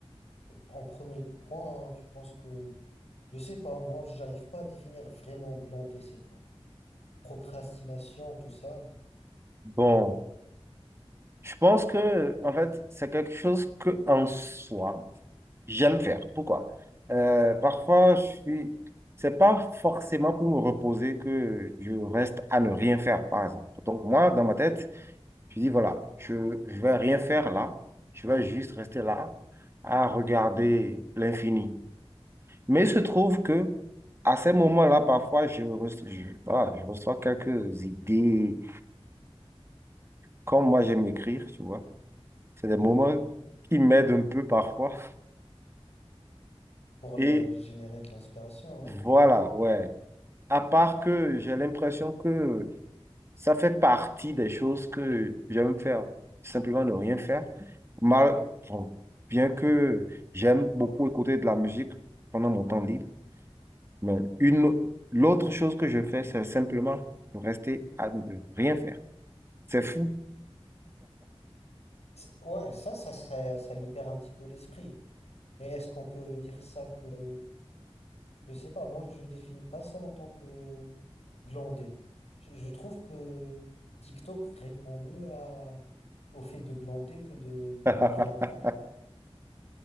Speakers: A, on the left (about 85°); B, on the right (about 25°).
A: en premier point, hein, tu penses que je sais pas, moi, j'arrive pas à définir vraiment glander, c'est quoi? Procrastination, tout ça.
B: Bon, je pense que, en fait, c'est quelque chose que, en soi, j'aime faire. Pourquoi? Euh, parfois, je suis... C'est pas forcément pour me reposer que je reste à ne rien faire, par exemple. Donc, moi, dans ma tête, je dis, voilà, je, je vais rien faire là. Je vais juste rester là à regarder l'infini. Mais il se trouve que à ces moments-là, parfois, je, reç- je, ah, je reçois quelques idées. Comme moi, j'aime écrire, tu vois. C'est des
A: Ouais.
B: moments qui m'aident un peu parfois.
A: Pour
B: Et
A: le, le générer de l'inspiration, oui.
B: voilà,
A: Ouais, bien
B: ouais.
A: sûr.
B: À part que j'ai l'impression que ça fait partie des choses que j'aime faire. Simplement ne rien faire. Mal, bon, bien que j'aime beaucoup écouter de la musique pendant mon temps libre. Mais une, au- l'autre chose que je fais, c'est simplement de rester à ne rien faire. C'est fou.
A: C'est- ouais, ça, ça, ça, ça libère un petit peu l'esprit. Et est-ce qu'on peut dire ça que... Je sais pas, moi, je définis pas ça en tant que glander. Je, je trouve que TikTok répond mieux à, au fait de glander que de, de
B: <laughs>
A: ne rien faire.